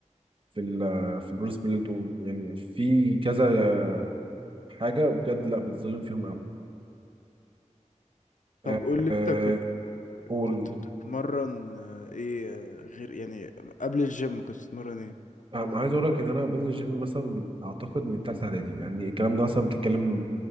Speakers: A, on the right; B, on the left.
A: في ال في بروس بليت و- يعني في كذا حاجه بجد لا بيتظلم فيهم قوي
B: طب
A: أه
B: قول لي
A: آه،
B: انت كنت
A: قول
B: كنت بتتمرن آه، ايه آه، غير يعني قبل الجيم كنت بتتمرن ايه
A: أنا عايز اقول لك ان انا بنزل الجيم مثلا اعتقد من ثالثه اعدادي يعني الكلام ده مثلا بتتكلم